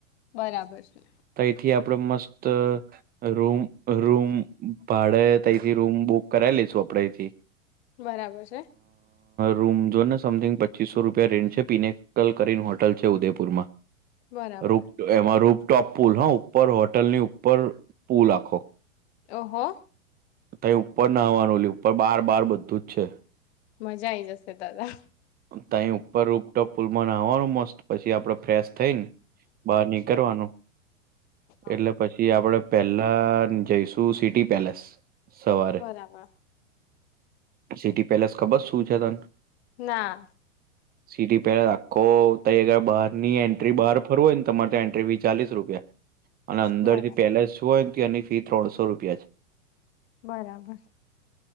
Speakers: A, on the left; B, on the right.
A: બરાબર છે.
B: તથી આપડે મસ્ત રૂમ રૂમ ભાડે, ત્યથી રૂમ બુક. કરાય લેજો, આપના અહીંથી.
A: બરાબર છે.
B: રૂમ જોને, સમથિંગ પચીસો રૂપિયા રેટ છે. પિનેકલ કરીને હોટલ છે, ઉદયપુર માં
A: બરાબર
B: રૂમ એમાં રૂપટોપ. પુલનો ઉપર હોટલની ઉપર પુલ આખો.
A: ઓહો.
B: ત્યાં ઉપર ના આવવાનું. લે, ઉપર બાર-બાર બધું જ છે.
A: મજા આ આવી જશે, દાદા.
B: ત્યા ઉપર ઉપટો પુલ માં નહવાનું મસ્ત પેલુ એકદમ ફ્રેશ થઈ ને બહાર નીકળવાનું.
A: હા
B: એટલે પછી આપડે પહેલા જઈશું. સિટી પેલેસ સવારે,
A: બરાબર
B: સિટી પેલેસ. ખબર શું છે તને?
A: ના.
B: સિટી પેલેસ આખો ત્યાં અગર બહાર ની એન્ટ્રી. બહાર ફરવું હોય ને, તમારે તે એન્ટ્રી. ચાલીસ રૂપિયા અને અંદર
A: બરાબર
B: થી પેલેસ હોય એની. ફી ત્રણસો રૂપિયા છે.
A: બરાબર